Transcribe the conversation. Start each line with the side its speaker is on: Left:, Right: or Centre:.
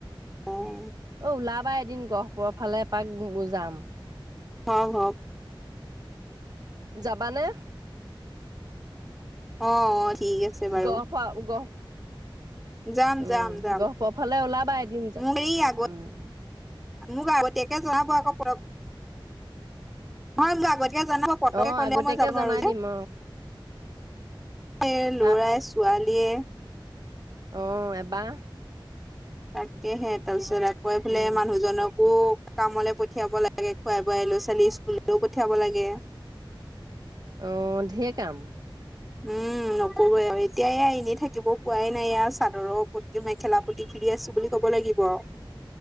Centre: অ'।
Right: অ', ওলাবা এদিন গহপুৰৰ ফালে এপাক যাম।
Centre: হয় হওঁক।
Right: যাবানে।
Centre: অ', অ', ঠিক আছে। বাৰু
Right: গফা গ <unintelligible>
Centre: যাম
Right: উম,
Centre: যাম যাম
Right: গহপুৰ ফালে ওলাবা এদিন যে
Centre: মোক এই আগত
Right: উম। উম।
Centre: মোক আগতীয়াকে জনাব আকৌ প অ', নহয় মোক আগতীয়াকে জনাব। পতকে
Right: অ',
Centre: ক'লে
Right: আগতীয়াকে
Centre: মই জানোঁ
Right: জনাই
Centre: আৰু যে
Right: দিম
Centre: এ লৰা
Right: অ',
Centre: ছোৱালীয়ে
Right: অ', এটা
Centre: তাকেহে তাৰপিছত আকৌফালে
Right: উম,
Centre: মানুহজনকো কামলৈ পঠিয়াব লাগে খোৱাই বোৱাই ল'ৰা ছোৱালী স্কুললৈও পঠিয়াব লাগে।
Right: অ ডেৰ কাম।
Centre: উম নকৰো আৰু এতিয়া এনেই থাকিব পোৱাই নাই ই চাদৰ পটি মেখেলা পটি পটি খুলি আছো বুলি ক'ব লাগিব আৰু।